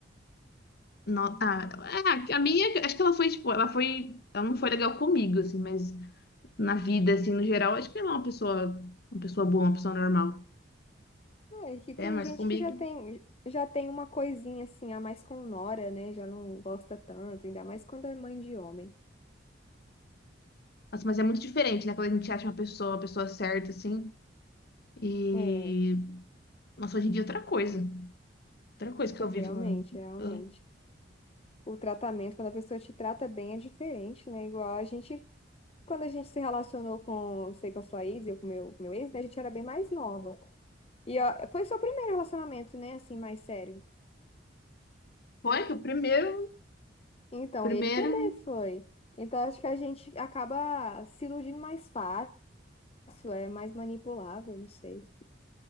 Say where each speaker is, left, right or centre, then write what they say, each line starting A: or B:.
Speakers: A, on the left; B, on the left.
A: No... Ah, é, a minha, acho que ela foi, tipo, ela foi. Ela não foi legal comigo, assim, mas na vida, assim, no geral, acho que ela é uma pessoa, uma pessoa boa, uma pessoa normal.
B: É, que
A: É,
B: tem
A: mas
B: gente
A: comigo.
B: que já tem, já tem uma coisinha assim, a mais com nora, né? Já não gosta tanto, ainda mais quando é mãe de homem.
A: Nossa, mas é muito diferente, né? Quando a gente acha uma pessoa, uma pessoa certa, assim. E.
B: É,
A: Nossa, hoje em dia é outra coisa. Outra coisa que
B: é
A: eu
B: realmente,
A: vivo no.
B: realmente.
A: eu-
B: O tratamento, quando a pessoa te trata bem, é diferente, né? Igual a gente, quando a gente se relacionou com, sei, com a sua ex, e eu com o meu, com o meu ex, né? A gente era bem mais nova. E ó, foi o seu primeiro relacionamento, né? Assim, mais sério.
A: Foi que o primeiro.
B: Então,
A: Primeiro.
B: ele também foi. Então, acho que a gente acaba se iludindo mais fácil, é mais manipulável, não sei.